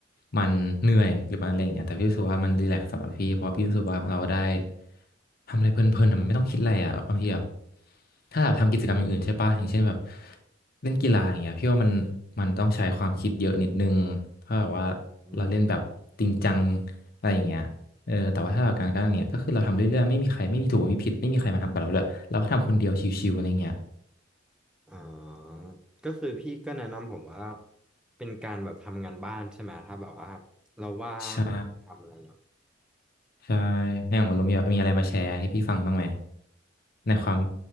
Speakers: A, on the left (about 55°); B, in the centre.
A: มันเหนื่อยหรือมันอะไรอย่างเงี้ยแต่พี่รู้สึกว่ามันรีแลกซ์สำหรับพี่เพราะพี่รู้สึกว่าเราได้ทำอะไรเพลินๆอะมันไม่ต้องคิดอะไรอะบางทีแบบถ้าแบบทำกิจกรรมอย่างอื่นใช่ปะอย่างเช่นแบบเล่นกีฬาอย่างเงี้ยพี่ว่ามันมันต้องใช้ความคิดเยอะนิดนึงถ้าแบบว่า
B: อืม
A: เราเล่นแบบจริงจังอะไรอย่างเงี้ยเออแต่ว่าถ้าเราการกันเนี่ยก็คือเราทำเรื่อยๆไม่มีใครไม่มีถูกไม่มีผิดไม่มีใครมาทำกับเราด้วยเราก็ทำคนเดียวชิวๆอะไรเงี้ย
B: ออก็คือพี่ก็แนะนำผมว่าเป็นการแบบทำงานบ้านใช่ไหมถ้าแบบว่าเราว่างทำอะไรอย่างเงี้ย
A: ใช่ใช่ให้ของลุงมีมีอะไรมาแชร์ให้พี่ฟังบ้างไหมในความ